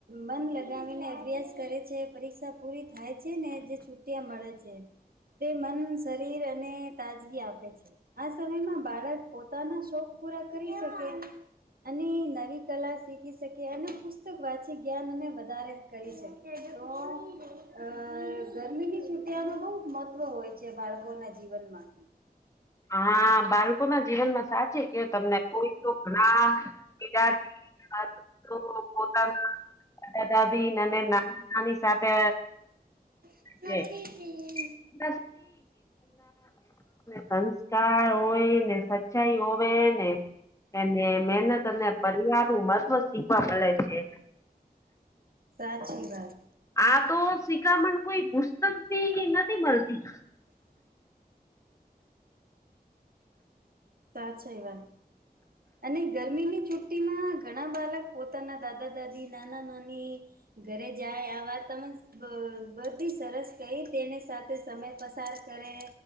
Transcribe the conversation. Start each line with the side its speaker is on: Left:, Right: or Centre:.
Right: મન લગાવી ને અભ્યાસ કરે છે, પરી ક્ષા પૂરી થાય છે, ને જે છુટ્ટિયા મળે છે. તે મન શરીર અને તાજગી આપે છે. આ સમયમાં બાળક પોતાના શોખ પૂરા કરી શકે. અને નવી કલા શીખી શકે અને પુસ્તક વાંચી જ્ઞાન અને વધારે કરી શકે <unintelligible> અ ગરમીની છુટીયા મા બહુ જ મહત્વ હોય છે, બાળકોના જીવનમાં
Left: હા બાળકો ના જીવન માં સાચી કે તમને કોઈ તો ઘણા <unintelligible> પોતાના દાદા દાદી અને નાની નાની સાથે
Right: <inaudible>
Left: છે. <unintelligible> સંસ્કાર હોય ને સચ્ચાઈ હોવે ને અને મહેનત અને પરિવાર નું મહત્વ જ શીખવા મડે છે.
Right: સાચી વાત.
Left: આ તો શિખામણ કોઈ પુસ્તક થી નથી મળતી.
Right: સાચા એ વાત અને ગરમીની છુ ટી માં ઘણા બાળક પોતાના દાદા દાદી, નાના નાની ઘરે જાય આ વાત તમે બ બધી સરસ કઈ તેની સાથે સમય પસાર કરે